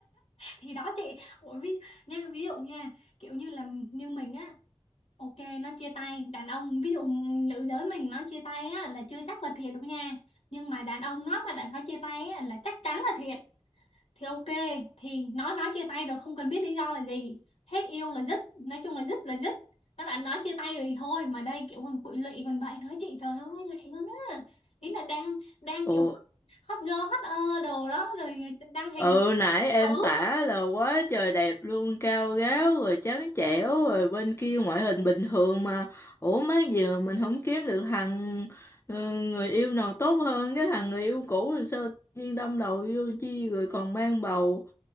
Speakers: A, on the left (about 85°); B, on the left (about 25°).
A: thì đó chị Ủa, ví, nha ví dụ nha kiểu như là như mình á ok nó chia tay đàn ông ví dụ nữ giới mình nó chia tay á là chưa chắc là thiệt đâu nha nhưng mà đàn ông nó mà đã nó chia tay á là chắc chắn là thiệt thì ok thì nói nói chia tay rồi không cần biết lý do là gì hết yêu là dứt nói chung là dứt là dứt nó đã nói chia tay rồi thôi mà đây kiểu còn bụi lụy còn vậy nói chị trời ơi lẹ luôn á ý là đang đang
B: ồ
A: kiểu hot girl hot ơ đồ đó rồi đăng hình
B: Ừ nãy em
A: ừ
B: tả là quá trời đẹp luôn cao ráo rồi trắng trẻo rồi bên kia ngoại hình bình thường mà ủa mấy gì mà mình không kiếm được thằng ừ, người yêu nào tốt hơn cái thằng người yêu cũ rồi sao tự nhiên đâm đầu vô chi rồi còn mang bầu